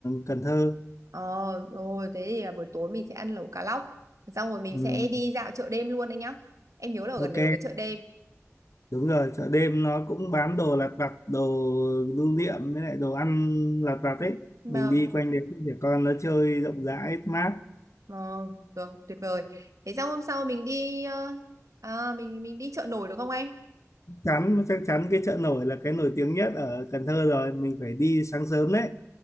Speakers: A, on the left; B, on the right.
A: Cần Thơ
B: ờ, rồi thế thì là buổi tối mình sẽ ăn lẩu cá lóc, xong rồi mình
A: Ừ,
B: sẽ đi dạo chợ đêm luôn anh nhá. Em nhớ là ở
A: ok
B: gần đấy có cái chợ đêm.
A: đúng rồi chợ đêm nó cũng bán đồ lặt vặt đồ lưu niệm với lại đồ ăn lặt vặt ấy
B: Vâng,
A: mình đi quanh đấy để con nó chơi rộng rãi mát
B: vâng, được, tuyệt vời. Thế xong hôm sau mình đi, ờ, à, mình mình đi chợ nổi được không anh?
A: chắn chắc chắn cái chợ nổi là cái nổi tiếng nhất ở Cần Thơ rồi mình phải đi sáng sớm đấy